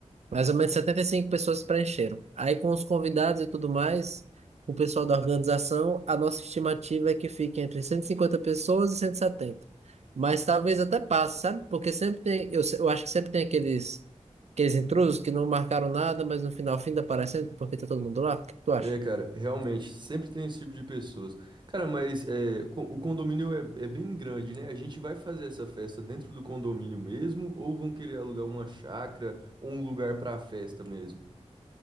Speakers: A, on the right; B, on the right.
A: mais ou menos 75 pessoas preencheram. Aí, com os convidados e tudo mais, com o pessoal da organização, a nossa estimativa é que fique entre 150 pessoas e 170. Mas talvez até passe, sabe? Porque sempre tem, eu, se- eu acho que sempre tem aqueles, aqueles intrusos que não marcaram nada, mas no final, fim aparecendo, porque tá todo mundo lá. O que que tu acha?
B: É, cara, realmente, sempre tem esse tipo de pessoas. Cara, mas é, co- o condomínio é, é bem grande, né? A gente vai fazer essa festa dentro do condomínio mesmo ou vão querer alugar uma chácara ou um lugar pra festa mesmo?